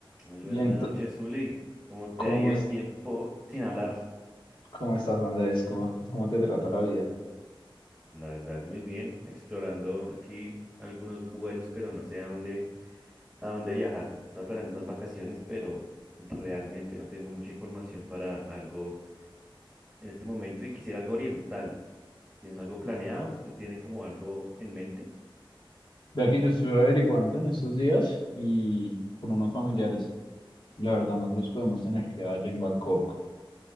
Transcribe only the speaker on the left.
Y
ento-
¿cómo
es,
cómo estás, Andrés? ¿Cómo, cómo te trata la vida?
Vea que yo estuve averiguando en estos días y con unos familiares. La verdad, nosotros
podemos tener que allá en Bangkok